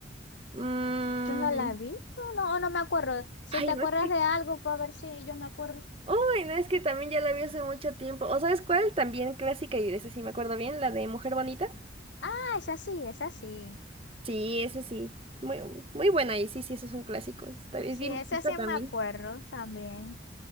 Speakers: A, on the right; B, on the left.
A: Mm,
B: Yo no la vi, no, no, o no me acuerdo. Si
A: ay,
B: te acuerdas
A: no es que,
B: de algo, para ver si yo me acuerdo.
A: uy, no es que también ya la vi hace mucho tiempo. ¿O sabes cuál? También clásica y de esa sí me acuerdo bien, la de Mujer Bonita.
B: Ah, esa sí, esa sí.
A: Sí, eso sí. Muy, muy buena y sí, sí, eso es un clásico. Está, es
B: Sí,
A: bien
B: esa
A: viejita
B: sí
A: también.
B: me acuerdo también.